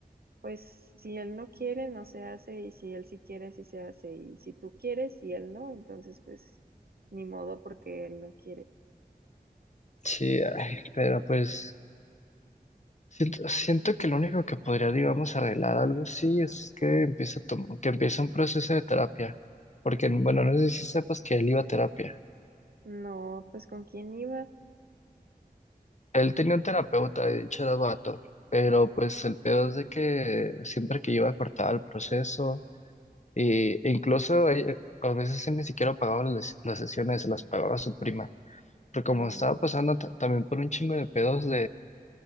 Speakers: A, on the right (about 70°); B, on the left (about 45°).
A: Pues si él no quiere, no se hace, y si él sí quiere, sí se hace, y si tú quieres y él no, entonces pues ni modo porque él no quiere.
B: Sí, ay, pero pues. Siento, siento que lo único que podría, digamos, arreglar algo así es que empiece a tom- que empiece un proceso de terapia. Porque, bueno, no sé si sepas que él iba a terapia.
A: No, pues ¿con quién iba?
B: Él tenía un terapeuta, de hecho era vato, pero pues el pedo es de que siempre que iba cortaba el proceso y, e incluso eh, a veces él ni siquiera pagaba las, las sesiones, se las pagaba a su prima. Pero como
A: No inventes.
B: estaba pasando ta- también por un chingo de pedos